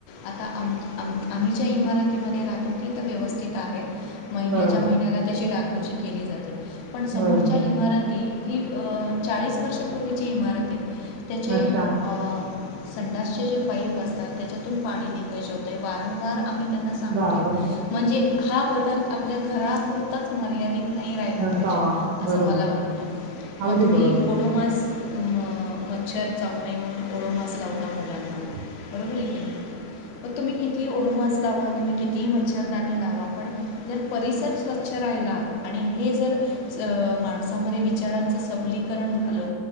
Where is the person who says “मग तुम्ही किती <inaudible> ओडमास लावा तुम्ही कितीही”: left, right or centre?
Left